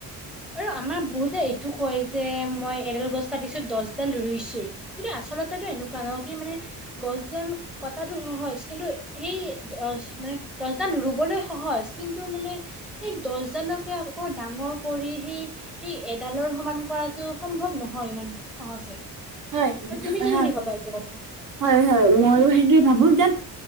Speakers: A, in the centre; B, on the right.
A: আৰু আমাৰ বহুতে এইটো কয় যে মই এডাল গছ এডাল কাটিছো দছডাল ৰুইছোঁ কিন্তু আচলতেটো এনেকুৱা নহয় কি মানে গছডাল কটাটো সহজ কিন্তু সেই দছ মানে দছডাল ৰুবলৈ সহজ। কিন্তু মানে সেই দছডালকে আকৌ ডাঙৰ কৰি সি সিএডালৰ সমান কৰাটো সম্ভৱ নহয় ইমান সহজে।
B: হয়।
A: আৰু তুমি
B: হয়,
A: কি বুলি
B: হয়।
A: ভাবা এইটো কথা
B: হয়, হয়, ময়ো সেইদৰে ভাবোঁ যেন